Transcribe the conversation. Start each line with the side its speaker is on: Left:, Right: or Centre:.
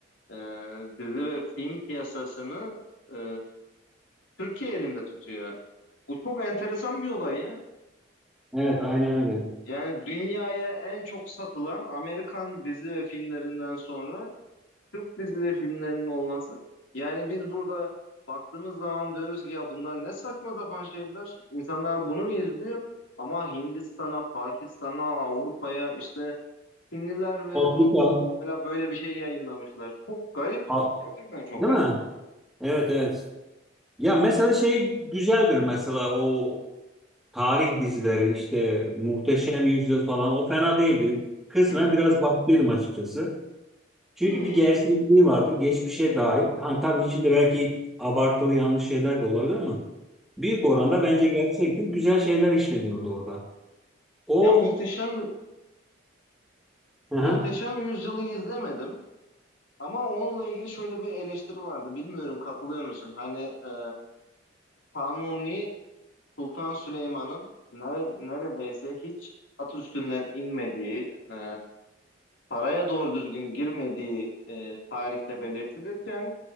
Left: e, dizi ve film piyasasını e, Türkiye elinde tutuyor. Bu çok enteresan bir olay ya.
Centre: Evet, aynen öyle.
Left: Yani dünyaya en çok satılan Amerikan dizi ve filmlerinden sonra Türk dizi ve filmlerinin olması. Yani biz burada baktığımız zaman diyoruz ki ya bunlar ne saçma sapan şeyler. İnsanlar bunu mu izliyor? Ama Hindistan'a, Pakistan'a, Avrupa'ya işte Çinliler ve
Centre: Afrika,
Left: Ruslar mesela böyle bir şey yayınlamışlar. Çok garip.
Centre: A-
Left: Gerçekten çok
Centre: değil
Left: garip.
Centre: mi? Evet, evet. Ya mesela şey güzeldir mesela o tarih dizileri işte Muhteşem Yüzyıl falan o fena değildi. Kısmen
Left: Hı hı,
Centre: biraz baktıydım açıkçası. Çünkü
Left: hı hı.
Centre: bir gerçekliği vardır. Geçmişe dair. Hani tabii içinde belki abartılı yanlış şeyler de olabilir ama büyük oranda bence gerçektir. Güzel şeyler işleniyordu orada. O
Left: Ya muhteşem
Centre: hı
Left: muhteşem
Centre: hı.
Left: yüzyılı izlemedim ama onunla ilgili şöyle bir eleştiri vardı. Bilmiyorum katılıyor musun? Hani e, Kanuni Sultan Süleyman'ın ne- neredeyse hiç at üstünden inmediği, e, paraya doğru düzgün girmediği e, tarihte belirtilirken